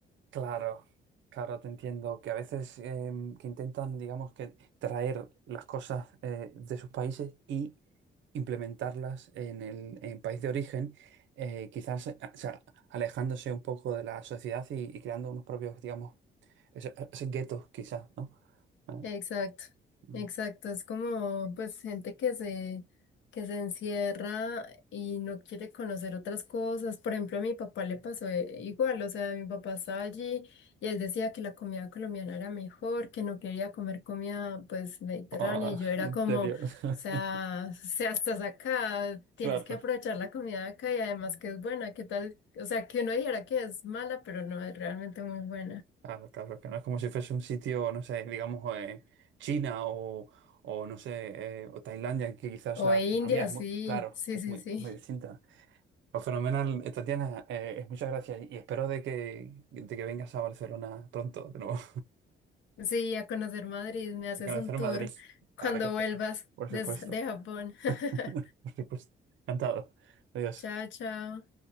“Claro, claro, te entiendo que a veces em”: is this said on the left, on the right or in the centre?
Right